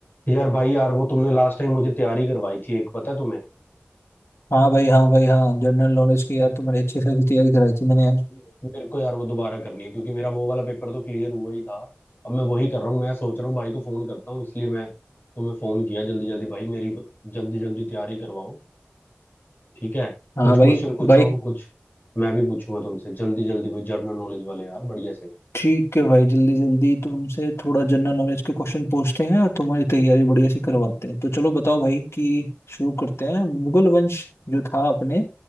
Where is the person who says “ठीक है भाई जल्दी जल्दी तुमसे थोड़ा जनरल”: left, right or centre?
Left